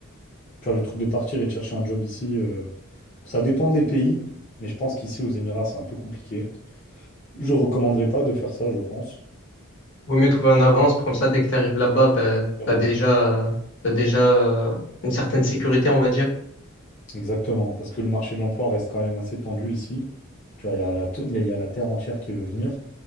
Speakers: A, on the left; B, on the left.
A: Tu vois, le truc de partir et de chercher un job ici, euh, ça dépend des pays, mais je pense qu'ici aux Émirats, c'est un peu compliqué. Je recommanderais pas de faire ça, je pense.
B: Vaut mieux trouver en avance, comme ça, dès que tu arrives là-bas, ben
A: Exactement,
B: t'as déjà, euh, t'as déjà euh, une certaine sécurité, on va dire.
A: exactement, parce que le marché de l'emploi reste quand même assez tendu ici. Tu vois, il y a la, t- il y a la terre entière qui veut venir.